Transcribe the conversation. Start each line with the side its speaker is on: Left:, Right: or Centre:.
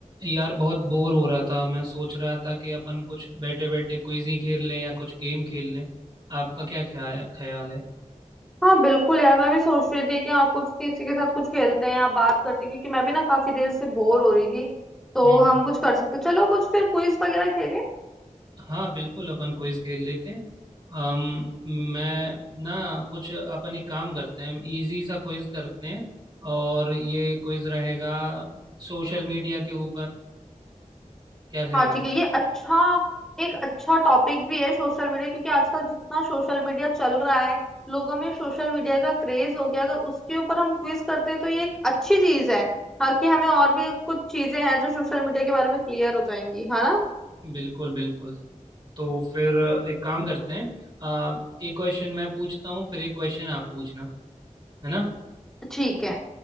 Right: यार बहुत बोर हो रहा था मैं सोच रहा था कि अपन कुछ बैठे बैठे क्विज ही खेल लें या कुछ गेम खेल लें आपका क्या ख्याल ख्याल है
Centre: हाँ बिल्कुल यार मैं भी सोच रही थी कि हाँ कुछ किसी के साथ कुछ खेलते हैं या बात करते हैं क्योंकि मैं भी ना काफी देर से बोर हो रही थी तो
Right: हम्म हम्म।
Centre: हम कुछ कर सकते चलो कुछ फिर क्विज वगैरह खेलें
Right: हाँ बिल्कुल अपन क्विज खेल लेते हैं अम, मैं ना कुछ अपन एक काम करते हैं इजी सा क्विज करते हैं और ये क्विज रहेगा सोशल मीडिया के ऊपर क्या ख्याल
Centre: हाँ ठीक
Right: है
Centre: है ये अच्छा एक अच्छा टॉपिक भी है सोशल मीडिया क्योंकि आजकल जितना सोशल मीडिया चल रहा है लोगों में सोशल मीडिया का क्रेज हो गया अगर उसके ऊपर हम क्विज करते हैं तो ये एक अच्छी चीज है हाँ कि हमें और भी कुछ चीजें हैं जो सोशल मीडिया के बारे में क्लियर हो जाएंगी है ना
Right: बिल्कुल बिल्कुल तो फिर एक काम करते हैं आ, एक क्वेश्चन मैं पूछता हूँ फिर एक क्वेश्चन आप पूछना है ना
Centre: ठीक है